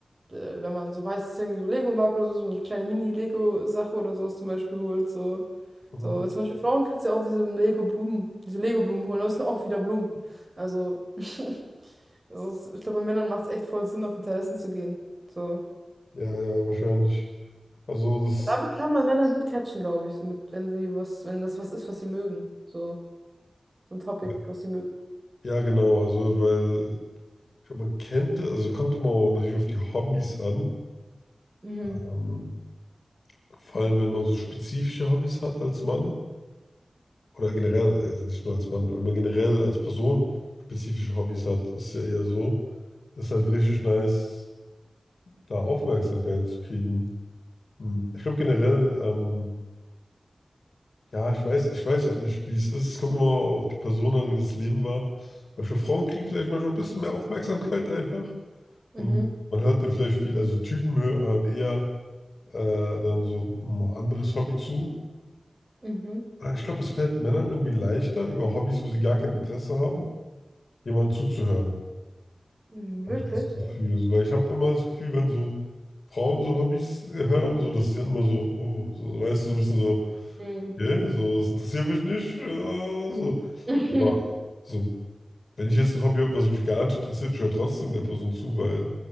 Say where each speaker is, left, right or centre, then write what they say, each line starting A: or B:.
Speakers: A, on the right; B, on the left.
A: äh, wenn man so weiß, dass es irgendwie so Lego mag oder so, so eine kleine Mini-Lego-Sache oder sowas zum Beispiel holt. So,
B: Mhm.
A: so zum Beispiel Frauen kannst du ja auch diese Lego-Blumen, diese Lego-Blumen holen, aber es sind auch wieder Blumen. Also, <laughs> das ist, ich glaube, bei Männern macht es echt voll Sinn, auf Interessen zu gehen. So.
B: Ja, ja, wahrscheinlich. Also das,
A: Damit kann man Männer gut catchen, glaube ich. So mit, wenn sie was, wenn das was ist, was sie mögen. So, so ein Topic,
B: ja,
A: was sie mögen.
B: ja, genau, also weil, ich glaube, man kennt, also kommt immer auch natürlich auf die Hobbys an,
A: Mhm,
B: ähm, vor allem wenn man so spezifische Hobbys hat als Mann. oder generell, also nicht nur als Mann, wenn man generell als Person spezifische Hobbys hat, ist ja eher so, ist halt richtig nice, da Aufmerksamkeit zu kriegen. Hm, Ich glaube generell, ähm, ja, ich weiß, ich weiß halt nicht, wie es ist. Es kommt immer auf die Person an, wie das Leben war. Aber ich glaube, Frauen kriegen vielleicht manchmal ein bisschen mehr Aufmerksamkeit einfach. Und
A: mhm,
B: man hört dann vielleicht viel, also Typen hö- hören eher äh, dann so ein anderes Hobby zu.
A: mhm.
B: Ich glaube, es fällt Männern irgendwie leichter, über Hobbys, wo sie gar kein Interesse haben, jemanden zuzuhören.
A: Hm,
B: habe
A: Wirklich,
B: ich das Gefühl.
A: ja.
B: So, weil ich habe immer das Gefühl, wenn so Frauen so Hobbys hören, so, dass die dann immer so, oh, so, weißt du, so ein bisschen so,
A: Mhm.
B: okay, so, das interessiert mich nicht, äh, so.
A: <laughs>
B: Aber so, wenn ich jetzt ein Hobby habe, was mich gar nicht interessiert, ich höre trotzdem der Person zu, weil